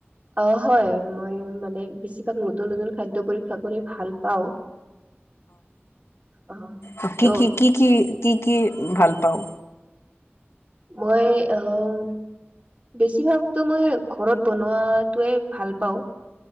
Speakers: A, on the right; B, on the left.
A: অঁ' হয়, মই মানে বেছিভাগ নতুন নতুন খাদ্য পৰীক্ষা কৰি ভাল পাওঁ। অ
B: অঁ' কি
A: ত'
B: কি, কি কি কি কি ভাল পাওঁ?
A: মই আহ'- বেচিভাগটো মই ঘৰত বনোৱাতোৱে ভাল পাওঁ।